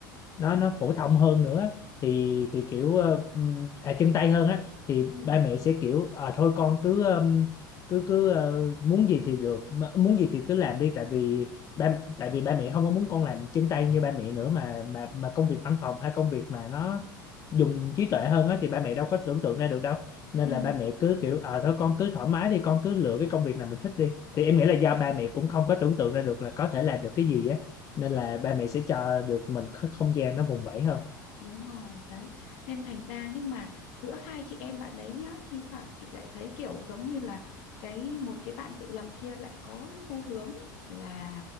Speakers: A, on the left; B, on the left.
A: nó nó phổ thông hơn nữa thì thì kiểu ờ, ừm, à, chân tay hơn á thì
B: ừ
A: ba mẹ sẽ kiểu à, thôi con cứ ừm, cứ cứ ờ, muốn gì thì được mà- muốn gì thì cứ làm đi tại vì ba tại vì ba mẹ không có muốn con làm chân tay như ba mẹ nữa mà mà mà công việc văn phòng hay công việc mà nó dùng trí tuệ hơn á thì ba mẹ đâu có tưởng tượng ra được đâu nên
B: ừ
A: là ba mẹ cứ kiểu ờ thôi con cứ thoải mái đi con cứ lựa cái công việc nào mình thích đi thì em nghĩ là do ba mẹ cũng không có tưởng tượng ra được là có thể làm được cái gì á nên là ba mẹ sẽ cho được mình có không gian nó vùng vẫy hơn
B: đúng rồi đấy nên thành ra nhưng mà giữa hai chị em bạn đấy nhá thi thoảng chị lại thấy kiểu giống như là cái một cái bạn tự lập kia lại có cái xu hướng là